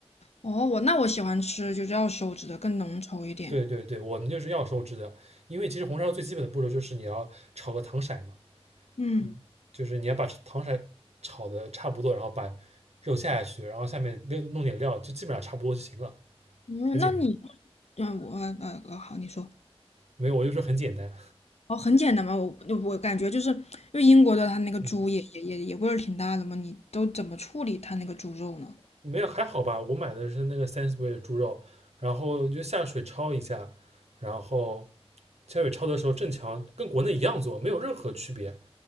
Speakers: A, on the left; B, on the right.
A: 哦，我那我喜欢吃就是要手指的更浓稠一点。
B: 对对对，我们就是要收汁的，因为其实红烧最基本的步骤就是你要炒个糖色嘛，
A: 嗯
B: 嗯，就是你要把糖色炒的差不多，然后把肉下下去，然后下面那弄点料，就基本上差不多就行了，
A: 嗯，
B: 很简单。
A: 那你嗯我呃呃好，你说。
B: 没有，我就说很简单，
A: 哦，很简单嘛，我我感觉就是因为英国的它那个猪也也也也味儿挺大的嘛，
B: 嗯，
A: 你都怎么处理它那个猪肉呢？
B: 没有还好吧。我买的是那个 s a n s b u r y 的猪肉，然后就下水焯一下，然后下水焯的时候正强跟国内一样做，没有任何区别。